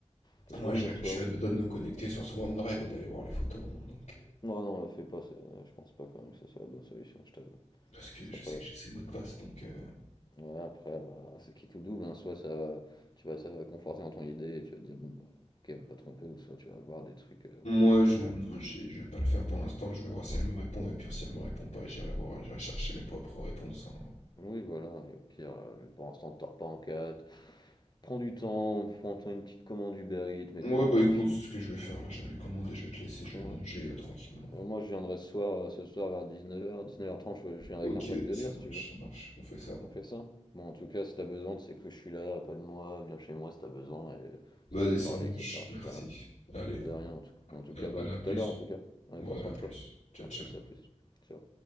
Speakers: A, on the left; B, on the left.
A: parce
B: Moi,
A: que oui,
B: je,
A: en soi,
B: je suis à
A: oui.
B: deux doigts de me connecter sur son OneDrive et d'aller voir les photos. hein, donc, euh,
A: Non, non, le fais pas, c'est- je pense pas quand même que ce soit la bonne solution, je t'avoue.
B: parce que
A: Ça
B: je
A: serait
B: sais
A: pas la-
B: que j'ai ses mots de passe. Donc, euh,
A: Voilà, après, bah, c'est qui tout double, hein, soit ça va, tu vas, ça va conforter dans ton idée, et tu vas te dire, bon, bah, ok, elle va pas tromper, ou soit tu vas voir des trucs euh,
B: moi,
A: bah, que t'as
B: je,
A: pas
B: non,
A: envie.
B: j'ai- je vais pas le faire pour l'instant. Je
A: Donc,
B: vais voir si
A: non.
B: elle me répond. Et puis, si elle me répond pas, j'irai voir. J'irai chercher mes propres réponses. hein.
A: Oui, voilà, et au pire, euh, mais pour l'instant, te tords pas en quatre Prends du temps, prends-toi une petite commande Uber Eats, mets-toi
B: Ouais, bah
A: un petit
B: écoute,
A: film.
B: c'est ce que je vais faire là. Je vais lui commander. Je vais te laisser. Je
A: Ouais,
B: vais manger euh, tranquillement.
A: Euh, Moi, je viendrai ce soir, euh, ce soir vers 19h, 19h30, je, je viendrai
B: Ok,
A: avec un pack de
B: ça
A: bière
B: marche,
A: si tu veux.
B: ça marche. On fait ça.
A: On fait ça. Bon, en tout cas, si t'as besoin, tu sais que je suis là, appelle-moi, viens chez moi si t'as besoin, et
B: Vas-y,
A: si tu veux
B: ça
A: parler,
B: marche.
A: etc., je
B: Merci.
A: serai là.
B: Allez,
A: De rien, en tout, en tout
B: allez,
A: cas, bah,
B: allez,
A: à tout
B: à plus.
A: à l'heure, en tout cas. Allez,
B: Ouais,
A: prends soin
B: à plus.
A: de toi.
B: Ciao,
A: À
B: ciao.
A: plus, à plus. Ciao.